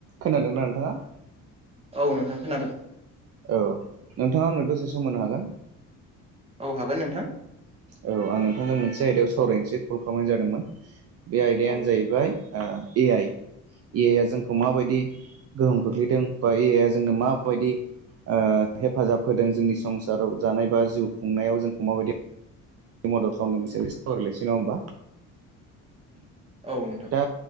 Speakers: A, on the right (about 50°); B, on the right (about 20°).
A: खोनादोंना नोंथाङा
B: औ नोंथां खोनादों
A: औ नोंथाङा आंनो दसे सम होनो हागोन
B: औ हागोन नोंथां
A: औ आं नोंथांजों मोनसे आयदायाव सावरायनोसै कल खालामनाय जादोंमोन बे आयदायानो
B: औ
A: जाहैबाय ए आइ ए आइ आ जोंखौ माबायदि गोहोम खोख्लैदों बा एया जोंनो माबायदि ओ हेफाजाब होदों जोंनि संसाराव जानाय बा जिउ खुंनायाव जोंखौ माबायदि मदद खालामदों बिसोरखौ सावरायलायसै नामा होमबा
B: औ नोंथां
A: दा